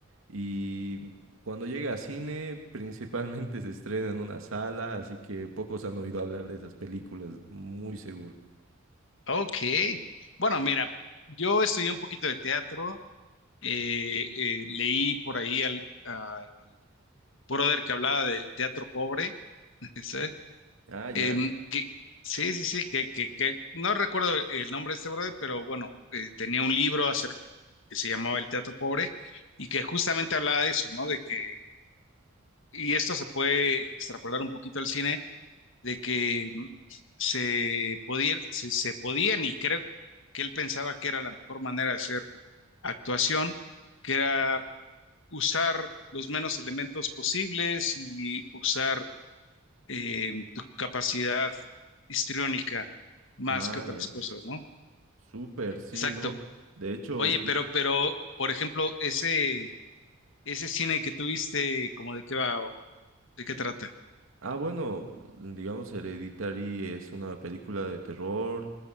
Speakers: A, on the right; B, on the left.
A: Y cuando llega a cine, principalmente se estrena en una sala, así que pocos han oído hablar de esas películas, muy seguro.
B: Ok. Bueno, mira, yo estudié un poquito de teatro. eh, eh, leí por ahí al a brother que hablaba del teatro pobre, <laughs> ¿sabes?
A: Ah, ya.
B: Em, que- sí, sí, sí, que, que, que no recuerdo el nombre de este brother, pero bueno, eh, tenía un libro acerca que se llamaba El Teatro Pobre y que justamente hablaba de eso, ¿no? De que, y esto se puede extrapolar un poquito al cine, de que mm, se podía, se, se podían, y creo que él pensaba que era la mejor manera de hacer actuación, que era usar los menos elementos posibles y usar eh, tu capacidad histriónica más
A: Ah,
B: que otras
A: ya.
B: cosas, ¿no?
A: Súper, sí,
B: Exacto.
A: ¿no? De hecho,
B: Oye,
A: yo,
B: pero, pero, por ejemplo, ese, ese cine que tuviste, ¿cómo de qué va o de qué trata?
A: Ah, bueno, digamos Hereditary es una película de terror,